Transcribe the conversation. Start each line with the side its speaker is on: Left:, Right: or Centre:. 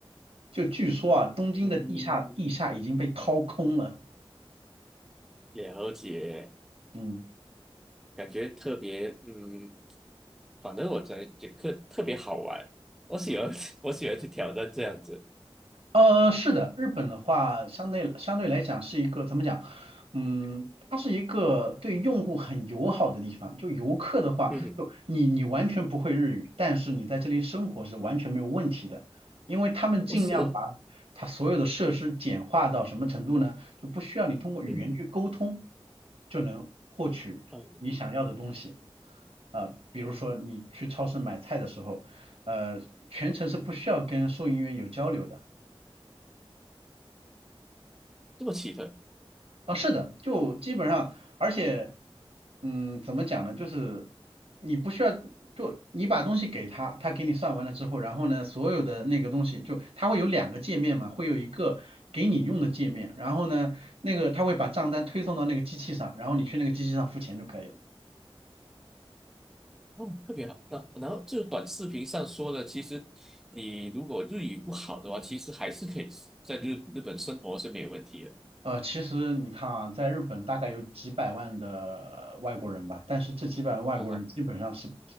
Right: 就据说啊，东京的地下地下已经被掏空了，
Centre: 嗯，了解，
Right: 嗯。
Centre: 感觉特别，嗯，反正我在觉得特别好玩，我喜欢，<laughs> 我喜欢去挑战这样子。
Right: 呃，是的，日本的话，相对相对来讲是一个怎么讲？嗯，它是一个对用户很友好的地方。就游客的话，
Centre: 嗯哼，
Right: 就你你完全不会日语，但是你在这里生活是完全没有问题的，因为他们尽量把它所有的设施简化到什么程度呢？
Centre: 哦，是哦，
Right: 就不需要你通过语言去沟通
Centre: 嗯，
Right: 就能获取你想要的东西。
Centre: 啊，
Right: 呃，比如说你去超市买菜的时候，
Centre: 嗯，
Right: 呃，全程是不需要跟收银员有交流的。
Centre: 这么奇特，
Right: 啊，是的，就基本上，而且，嗯，怎么讲呢？就是你不需要，就你把东西给他，他给你算完了之后，然后呢，所有的那个东西，就他会有两个界面嘛，会有一个给你用的界面，然后呢，那个他会把账单推送到那个机器上，然后你去那个机器上付钱就可以了。
Centre: 哦，特别好。那然后这个短视频上说的，其实你如果日语不好的话，其实还是可以在日日本生活是没有问题的。
Right: 呃，其实你看啊，在日本大概有几百万的呃外国人吧，但是这几百万外国人基本上是，
Centre: 哈哈，